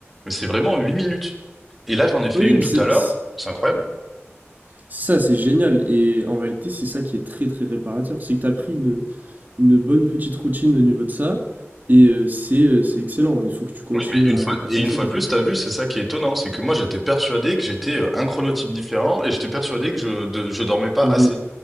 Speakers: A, in the centre; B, on the right (about 40°).
A: Mais c'est vraiment 8 minutes. Et là, j'en ai fait
B: Oui,
A: une
B: mais
A: tout
B: c'est
A: à l'heure,
B: c'est-
A: c'est incroyable.
B: c'est ça, c'est génial. Et en réalité, c'est ça qui est très très réparateur. C'est que tu as pris une, une bonne petite routine au niveau de ça. Et euh, c'est euh, c'est excellent. Il faut que tu continues
A: Oui, mais une
B: à,
A: fois,
B: à
A: et
B: faire
A: une
B: ça,
A: fois
B: c'est
A: de
B: très.
A: plus,
B: bien.
A: t'as vu, c'est ça qui est étonnant, c'est que moi, j'étais persuadé que j'étais euh, un chronotype différent et j'étais persuadé que je, de- je dormais pas
B: Mhm.
A: assez.